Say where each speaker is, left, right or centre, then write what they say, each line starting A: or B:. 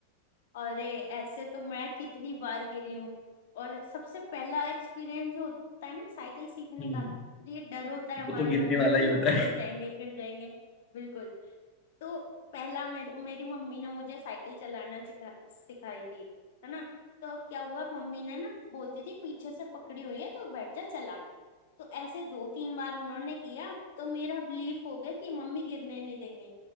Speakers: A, on the left (about 50°); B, on the left (about 20°).
A: अरे ऐसे तो मैं कितनी बार गिरी हूँ और सबसे पहला एक्सपीरियंस जो होता है ना साइकिल सीखने
B: हम्म
A: का ये डर होता है हमारे
B: वो तो गिरने
A: मन
B: वाला
A: में कि
B: ही होता
A: हम गिर जाएंगे गिर जाएंगे बिल्कुल तो पहला मेरी मेरी मम्मी ने मुझे साइकिल चलाना सिखा सिखाई थी है ना तो अब क्या हुआ मम्मी ने ना बोलती थी पीछे से पकड़ी हुई है तो बैठ जा चला तो ऐसे दो तीन बार उन्होंने किया तो मेरा बिलीफ हो गया कि मम्मी गिरने नहीं देंगे